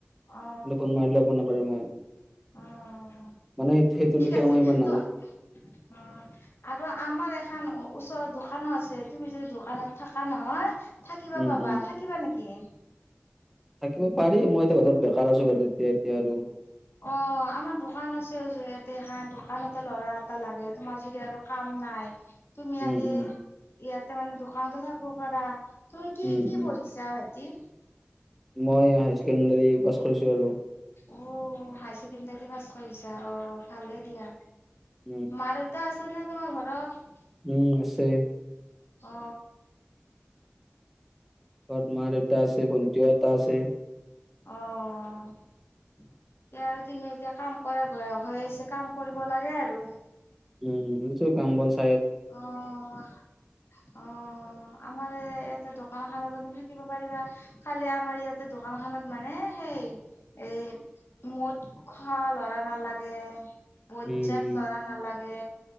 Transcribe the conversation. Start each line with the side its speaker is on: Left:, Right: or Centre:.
Left: অ
Centre: ফোন মাৰিলে একো নকৰো মই।
Left: অ।
Centre: মানে সেই সেইটোৰ
Left: ঠিক
Centre: বিষয়ে
Left: আছে
Centre: মই ইমান
Left: ত'
Centre: নাজানো।
Left: অ। আৰু আমাৰ এখন ওচৰত দোকানো আছে তুমি যদি দোকানত থাকা নহয় থাকিবা
Centre: উম
Left: পাবা।
Centre: উম
Left: থাকিবা নেকি?
Centre: থাকিব পাৰি মই এতিয়া ঘৰত বেকাৰ আছো ঘৰত এতিয়া এতিয়া আৰু
Left: অ', আমাৰ দোকান আছে জেত এতে হা দোকানতে লৰা এটা লাগে তোমাৰ যদি আৰু কাম নাই তুমি
Centre: উম
Left: আহি
Centre: উম
Left: ইয়াতে মানে দোকানতো থাকব পাৰা তুমি কি-
Centre: উম
Left: কি
Centre: উম
Left: পঢ়িছা ভা কি?
Centre: মই হাই ছেকেণ্ডাৰী পাছ কৰিছো আৰু।
Left: অহ, হাই ছেকেণ্ডাৰী পাছ কৰিছা অহ ভালে দিয়া।
Centre: উম
Left: মা‌ -দেউতা আছে নে তোমাৰ ঘৰত?
Centre: উম আছে।
Left: অ।
Centre: ঘৰত মা-দেউতা আছে ভণ্টিও এটা আছে।
Left: অহ এতিয়া আৰু তুমি এতিয়া কাম কৰা বয়স হৈ আহিছে, কাম কৰিব লাগে আৰু।
Centre: উম, উম <unintelligible>
Left: অহ - অহ আমাৰে এতে দোকান খানতে থাকিব পাৰিবা। খালি আমাৰ ইয়াতে দোকান খনত মানে সেই এ মদ খোৱা লৰা নালাগে। বজজাত
Centre: উম উম
Left: লৰা নালাগে,